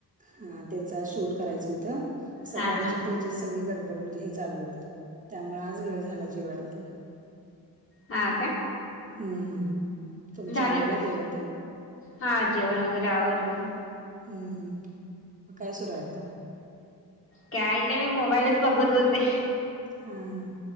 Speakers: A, on the right; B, on the left.
A: हा, तेच आज शूट करायचं होतं. सकाळपासून
B: हा हा
A: ते सगळी गडबड म्हणजे, हे चालू होत त्यामुळे आज वेळ झाला जेवायला ते.
B: हा, काय.
A: हम्म, हम्म, तुमचं
B: झालं
A: आवरलं
B: का?
A: जेवण ते
B: हा जेवण वगैरे आवरलं.
A: हम्म, हम्म, मग काय सुरू आहे आता?
B: काय नाही, मी मोबाईलच बघत होते.
A: हा, हा,